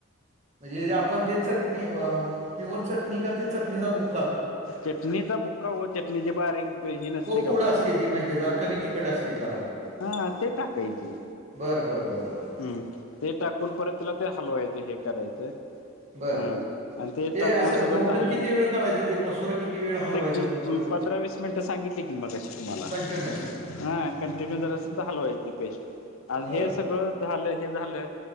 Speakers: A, on the right (about 35°); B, on the left (about 80°).
A: म्हणजे जे आपण ते चटणी प्युअर चटणी का ते चटणीचा बुक
B: चटणीचा बुक्का ओ चटणीचे बारीक प हे नसते
A: हो
B: का
A: पूड
B: बुक्का?
A: असते ती माहिती आहे जरा कमी तिखट असते जरा.
B: हां ते टाकायची.
A: बरं बर बरं बरं.
B: हम्म ते टाकून परत त्याला ते हलवायचं हे करायचं
A: बर
B: हम्म आणि ते टाकून
A: असं
B: सगळ
A: घोटण
B: झालं!
A: किती वेळ करायचं ते मसुरा किती वेळ हलवायचा
B: ते
A: तो परत
B: पंधरा वीस मिनिटं सांगितली की मगाशी तुम्हाला
A: कंटिन्युअस
B: हां कंटिन्यू जरासं असं तर हलवायच ते पेस्ट आणि
A: बर
B: हे सगळं झालं हे झालं